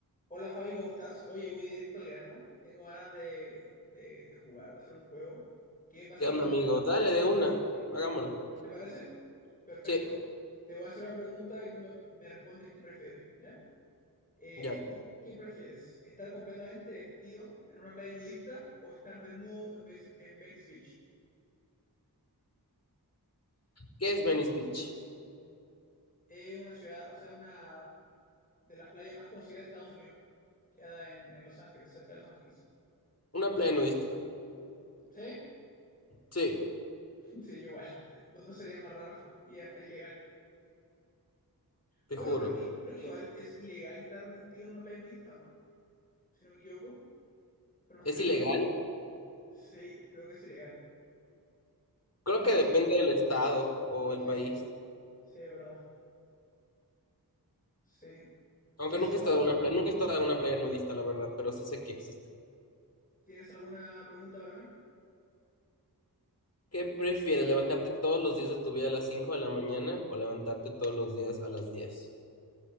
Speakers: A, on the left; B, on the left.
A: Hola Fabi, ¿cómo estás? Oye, voy directo al grano. Tengo ganas de, de- de jugar, de hacer un juego que básicamente...
B: ¿Qué onda, amigo? Dale de una.
A: ¿eh?
B: Hagámoslo.
A: ¿Te parece? Perfecto.
B: Sí,
A: Te voy a hacer una pregunta y tú me, me respondes qué prefieres, ¿ya? Eh,
B: ya.
A: ¿tú qué prefieres? ¿Estar completamente vestido en una playa nudista o estar desnudo en, Ve- en Venice Beach?
B: ¿Qué es Venice Beach?
A: Es una ciudad, o sea, una de las playas más conocidas de Estados Unidos. Queda en, en Los Ángeles, cerca de Los Ángeles.
B: Una playa nudista.
A: ¿Sí?
B: Sí,
A: <laughs> Sí, yo igual. Lo otro sería más raro y hasta ilegal.
B: te
A: Bueno,
B: juro.
A: creo que, creo que igual es ilegal estar vestido en una playa nudista, ¿o no? Si no me equivoco, pero no
B: ¿Es
A: estoy
B: ilegal?
A: seguro. Sí, creo que es ilegal.
B: Creo
A: No
B: que depende
A: sé si...
B: del estado o el
A: Sí,
B: país.
A: sí, es verdad. Sí.
B: Aunque
A: ¿Tienes
B: nunca
A: alguna
B: he estado
A: para
B: en una
A: mí?
B: playa, nunca he estado en una playa nudista, la verdad, pero sí sé que existe.
A: ¿Tienes alguna pregunta para mí?
B: ¿Qué prefieres, levantarte todos los días de tu vida a las 5 de la mañana o levantarte todos los días a las diez?